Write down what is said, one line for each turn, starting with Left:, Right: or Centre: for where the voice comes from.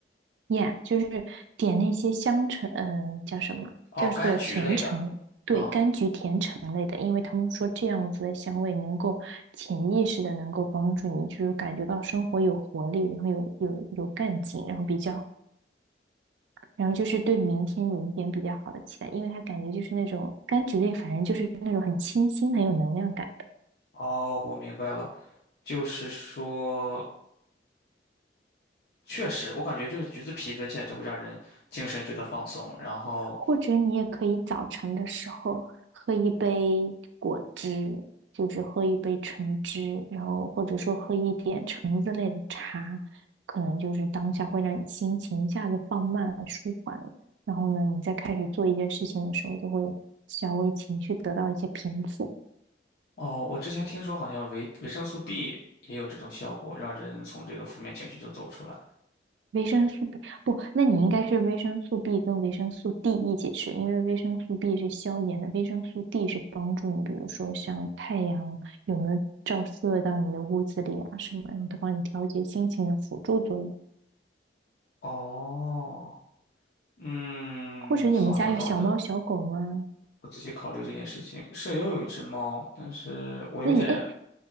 Right: Yeah，就是点那些香橙，嗯、叫什么？
Left: 哦，
Right: 叫做甜橙，
Left: 柑橘类的啊，
Right: 对，柑橘甜橙类的，因为他们说这样子的香味能够潜意识的能够帮助你，就是感觉到生活有活力，然后有有有干劲，然后比较，然后就是对明天有一点比较好的期待，因为它感觉就是那种柑橘类，反正就是那种很清新，很有能量感。
Left: 哦，我明白了，就是说。确实，我感觉就是橘子皮闻起来就会让人精神觉得放松。然后，
Right: 或者你也可以早晨的时候喝一杯果汁，就是喝一杯橙汁，然后或者说喝一点橙子类的茶，可能就是当下会让你心情一下子放慢舒缓了。然后呢，你再开始做一件事情的时候，就会稍微情绪得到一些平复。
Left: 哦，我之前听说好像维维生素 B 也有这种效果，让人从这个负面情绪中走出来。
Right: 维生素 B 不，那你应该是维生素 B 跟维生素 D 一起吃，因为维生素 B 是消炎的，维生素 D 是帮助你，比如说像太阳有没有照射到你的屋子里啊什么，然后它帮你调节心情的辅助作用。
Left: 哦，嗯，
Right: 或者你们家有小猫小狗吗？
Left: 好的好的，我仔细考虑这件事情。舍友有一只猫，但是我有点
Right: 那你哎，